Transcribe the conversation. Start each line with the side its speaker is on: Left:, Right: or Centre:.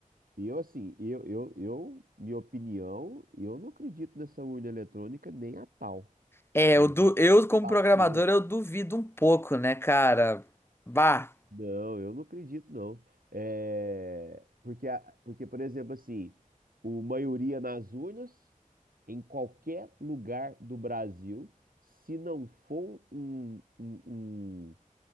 Right: E eu, assim, eu, eu, eu, minha opinião, eu não acredito nessa urna eletrônica nem a pau.
Left: É,
Right: Assim,
Left: eu,
Right: mas
Left: du,
Right: nem a
Left: eu como
Right: pau
Left: programador,
Right: mesmo.
Left: eu duvido um pouco, né, cara? Bah,
Right: Não, eu não acredito, não. É, porque, a- porque, por exemplo, assim, o maioria nas urnas, em qualquer lugar do Brasil, se não for um, um, um-